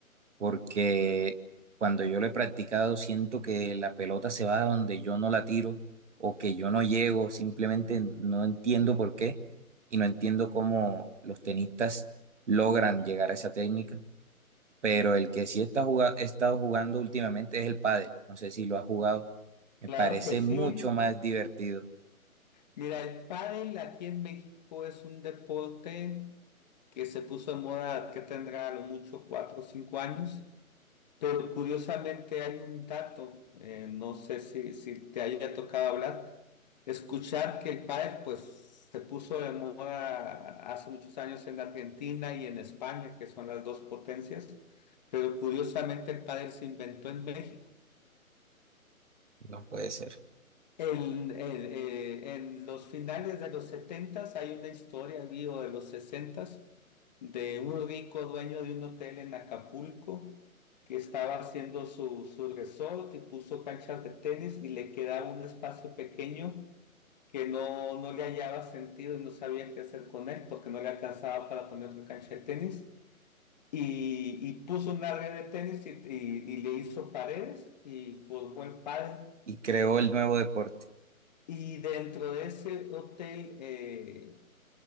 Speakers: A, on the right (about 55°); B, on the left (about 30°).
A: porque cuando yo lo he practicado siento que la pelota se va a donde yo no la tiro o que yo no llego, simplemente no entiendo por qué y no entiendo cómo los tenistas logran llegar a esa técnica, pero el que sí está juga- he estado jugando últimamente es el pádel, no sé si lo has jugado, me
B: Claro
A: parece
B: que sí.
A: mucho más divertido,
B: Mira, el pádel aquí en México es un deporte que se puso de moda, que tendrá a lo mucho cuatro o cinco años, pero curiosamente hay un dato, eh, no sé si, si te haya tocado hablar, Escuchar que el pádel pues se puso de moda hace muchos años en Argentina y en España, que son las dos potencias, pero curiosamente el pádel se inventó en México.
A: no puede ser,
B: El- el, eh, en los finales de los setentas hay una historia, vivo de los sesentas, de un rico dueño de un hotel en Acapulco que estaba haciendo su, su resort y puso canchas de tenis y le quedaba un espacio pequeño que no, no le hallaba sentido y no sabía qué hacer con él porque no le alcanzaba para poner otra cancha de tenis. Y, y puso una red de tenis y, y- y le hizo paredes y formó el pádel.
A: y creó el nuevo deporte.
B: Y dentro de ese hotel eh,